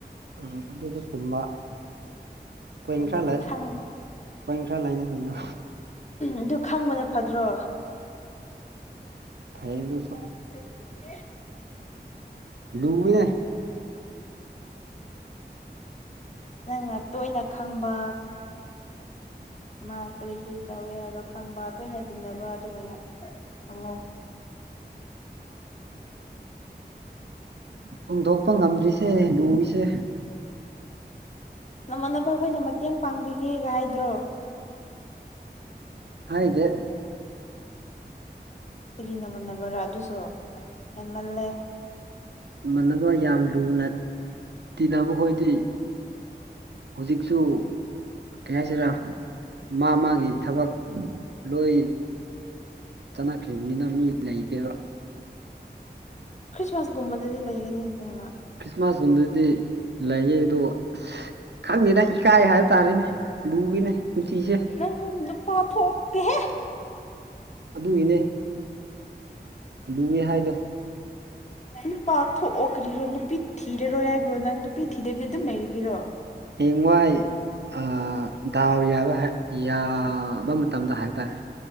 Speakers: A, on the right (about 80°); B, on the left (about 40°).
A: ꯎꯝ ꯑꯗꯨꯁꯨ ꯆꯨꯝꯕ ꯄꯣꯏꯟ
B: ꯑꯗꯨꯅ
A: ꯈꯔ
B: ꯑꯗꯨ
A: ꯂꯩ
B: ꯈꯪ
A: ꯄꯣꯏꯟ ꯈꯔ ꯂꯩ ꯅꯪꯒꯤ ꯗꯣ
B: ꯑꯗꯨ ꯈꯪꯕꯅ ꯐꯗ꯭ꯔꯣ
A: ꯐꯩꯌꯦ ꯑꯗꯨꯁꯨ
B: <inaudible>
A: ꯂꯨꯏ
B: ꯍꯣꯏ
A: ꯑꯦꯅꯦ
B: ꯅꯪꯅ ꯇꯣꯏꯅ ꯈꯪꯕ ꯃꯥ ꯀꯔꯤ ꯀꯔꯤ ꯇꯧꯋꯦ ꯍꯥꯏꯕ ꯈꯪꯕ ꯇꯣꯏꯅ ꯇꯤꯟꯅꯕ ꯑꯗꯨꯑꫭꯏꯅ ꯍꯪꯉꫭ
A: ꯐꯣꯡꯗꯣꯛꯄ ꯉꯝꯗ꯭ꯔꯤꯁꯦ ꯂꯨꯏꯁꯦ
B: ꯅꯃꯥꯟꯅꯕ ꯈꯣꯏꯅ ꯃꯇꯦꯡ ꯄꯥꯡꯕꯤꯒꯦꯒ ꯍꯥꯏꯗ꯭ꯔꯣ
A: ꯍꯥꯏꯗꯦ
B: ꯀꯔꯤ ꯅꯃꯥꯟꯅꯕꯔꯥ ꯑꯗꯨꯁꯨ ꯍꯦꯟꯃꯜꯂꯦ
A: ꯏꯃꯥꯟꯅꯕ ꯌꯥꯝ ꯂꯨꯅ ꯇꯤꯟꯅꯕ ꯈꯣꯏꯗꯤ ꯍꯧꯖꯤꯛꯁꯨ ꯀꯩ ꯍꯥꯏꯁꯤꯔꯥ ꯃꯥ ꯃꯥꯒꯤ ꯊꯕꯛ ꯂꯣꯏ ꯆꯠꯅꯈ꯭ꯔꯤꯕꯅꯤꯅ ꯃꯤ ꯂꯩꯇꯦꯕ
B: ꯈ꯭ꯔꯤꯁꯃꯥꯁꯒꯨꯝꯕꯗꯗꯤ ꯂꯩꯒꯅꯤꯗꯅ
A: ꯈ꯭ꯔꯤꯁꯃꯥꯁꯀꯨꯝꯕꯗꯗꯤ ꯂꯩꯌꯦ ꯑꯗꯨ ꯑꯁ ꯈꯪꯗꯦꯅ ꯏꯀꯥꯏ ꯍꯥꯏꯕ ꯇꯥꯔꯦꯅꯦ ꯂꯨꯏꯌꯦꯅꯦ ꯄꯨꯟꯁꯤꯁꯦ
B: ꯅꯪ ꯅꯨꯄꯥ ꯊꯣꯛꯇꯦꯍꯦ
A: ꯑꯗꯨꯒꯤꯅꯦ ꯂꯨꯏꯌꯦ ꯍꯥꯏꯗꯣ
B: ꯅꯨꯄꯥ ꯊꯣꯛꯑꯣ ꯀꯔꯤꯔꯣ ꯅꯨꯄꯤ ꯊꯤꯔꯔꯣ ꯌꯥꯏꯕ꯭ꯔꯣ ꯅꯪ ꯅꯨꯄꯤ ꯊꯤꯗꯕꯤꯗꯤꯗ ꯑꯗꯨꯝ ꯂꯩꯔꯒꯤꯔꯣ
A: ꯍꯦꯡꯋꯥꯏ ꯑꯥ ꯗꯥꯎ ꯌꯥꯕ ꯍꯥꯏ ꯌꯥꯕ ꯃꯇꯝꯗ ꯍꯥꯏꯕ ꯇꯥꯔꯦ